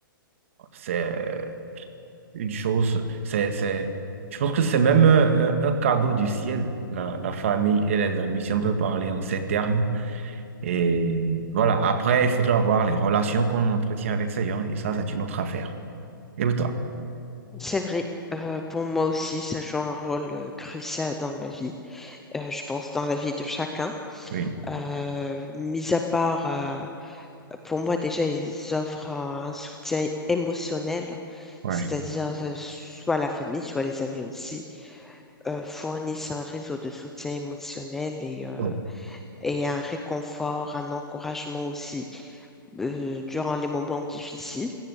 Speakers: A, on the right; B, in the centre.
A: c'est euh, une chose, c'est, c'est, je pense que c'est même un, un- un cadeau du ciel, la, la famille et les amis, si on peut parler en ces termes. Et voilà. Après, il faudra voir les relations qu'on entretient avec ces gens, et ça, c'est une autre affaire. Et toi?
B: C'est vrai. Euh, pour moi aussi, ça joue un rôle euh, crucial dans ma vie. Euh, je pense dans la vie de chacun.
A: Oui.
B: Euh, mis à part, euh, pour moi déjà, ils offrent euh, un soutien émotionnel,
A: Ouais.
B: c'est-à-dire euh, soit la famille, soit les amis aussi euh, fournissent un réseau de soutien émotionnel et, euh,
A: Ouais.
B: et un réconfort, un encouragement aussi euh, durant les moments difficiles.